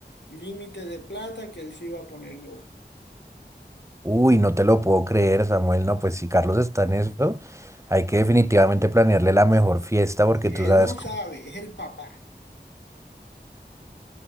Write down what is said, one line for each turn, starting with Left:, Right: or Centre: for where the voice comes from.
Left: límite de plata que él se iba a poner yo.
Right: Uy, no te lo puedo creer, Samuel. No, pues si Carlos está en eso, hay que definitivamente planearle la mejor fiesta porque
Left: Si
Right: tú
Left: él
Right: sabes
Left: no
Right: cómo...
Left: sabe, es el papá.